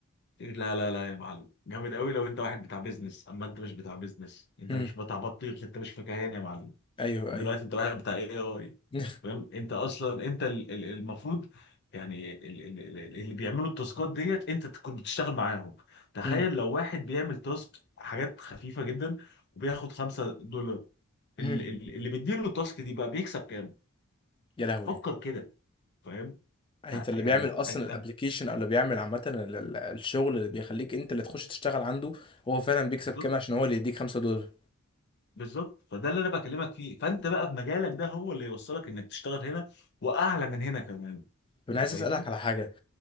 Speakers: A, on the left; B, on the left.
A: لا لا لا يا معلم جامد قوي لو انت واحد بتاع بيزنس اما انت مش بتاع بيزنس انت
B: هم.
A: مش بتاع بطيخ انت مش فكهان يا معلم
B: ايوه
A: دلوقتي
B: ايوه
A: انت واحد بتاع اي اي
B: <laughs>
A: فاهم انت اصلا انت ال- ال- المفروض يعني ال- ال- ال- اللي بيعملوا التاسكات ديت انت تكون بتشتغل معاهم تخيل
B: هم.
A: لو واحد بيعمل تاسك حاجات خفيفه جدا وبياخد 5 دولار ال-
B: هم.
A: ال- اللي بيديله التاسك دي بقى بيكسب كام
B: يا لهوي
A: فكر كده فاهم
B: يعني
A: فيعني
B: انت اللي بيعمل اصلا
A: أج-
B: الابليكيشن
A: أج-
B: او اللي بيعمل عامة ال- ال- الشغل اللي بيخليك انت اللي تخش تشتغل عنده هو فعلا بيكسب
A: بالظبط
B: كام عشان هو اللي يديك خمسة دولار
A: بالظبط فده اللي انا بكلمك فيه فانت بقى في مجالك ده هو اللي يوصلك انك تشتغل هنا واعلى من هنا كمان
B: طب انا
A: انت
B: عايز
A: فاهمني
B: اسألك على حاجة